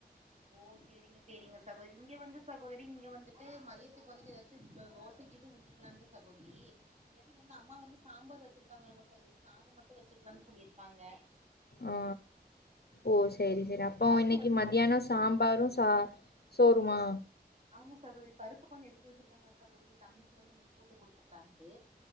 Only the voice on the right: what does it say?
ஓ சேரிங்க சேரிங்க சகோ இங்க வந்து சகோதரி இங்க வந்துட்டு மதியத்துக்கு வந்துட்டு எதாச்சு தோசக்கிது ஊத்திக்கிலான்ட்டு சகோதிரி இல்லாட்டி வந்து அம்மா வந்து சாம்பார் வச்சிருக்காங்களாமா சகோதரி சாத மட் டு வச்சுக்கலான் சொல்லிருக்காங்க
பருப்பு
வச்சிருப்ப
ஆமா சகோதரி பருப்பு கொஞ்சொ எடுத்து வச்சிருக்காங்க சகோதரி தம்பிக்கி வந்து நெய் போட்டு குடுத்துக்லான்ட்டு